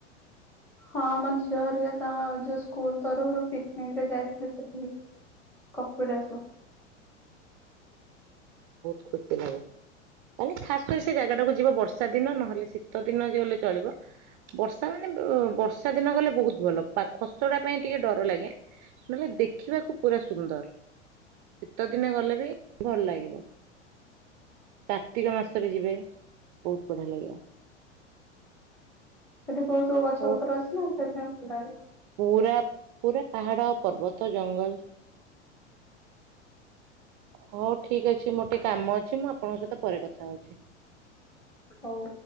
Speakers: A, in the centre; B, on the right.
A: ହଁ ମୋ ଝିଅ ହେରିକା ତାଙ୍କ ଯୋଉ ସ୍କୁଲ ତରଫରୁ ପିକନିକ ରେ ଯାଇଥିଲି ସେଠିକି କପିଳାସ।
B: ବହୁତ ଖୁସି ଲାଗେ ମାନେ ଖାସ କରି ସେ ଜାଗା ଟାକୁ ଯିବ ବର୍ଷା ଦିନ ନହେଲେ ଶୀତ ଦିନ ଯ ଗଲେ ଚଳିବ। ବର୍ଷା ମାନେ ବ ବର୍ଷା ଦିନ ଗଲେ ବହୁତ ଭଲ ପା ଖସଡା ପାଇଁ ଟିକେ ଡର ଲାଗେ, ନହେଲେ ଦେଖିବାକୁ ପୁରା ସୁନ୍ଦର ଶୀତ ଦିନ ଗଲେ ବି ଭଲ ଲାଗିବ। କାର୍ତ୍ତିକ ମାସରେ ଯିବେ ବହୁତ ବଢିଆ ଲାଗିବ।
A: ସେଠି କୋଉ କୋଉ ଗଛ
B: ହଉ
A: ପତ୍ର ଅଛି ନା, ସେଥି ପାଇଁ <inaudible>
B: ପୁରା ପୁରା ପାହାଡ଼, ପର୍ବତ, ଜଙ୍ଗଲ ହଉ, ଠିକ ଅଛି, ମୋର ଟିକେ କାମ ଅଛି, ମୁଁ ଆପଣଙ୍କ ସହିତ ପରେ କଥା ଥାଉଛି
A: ହଉ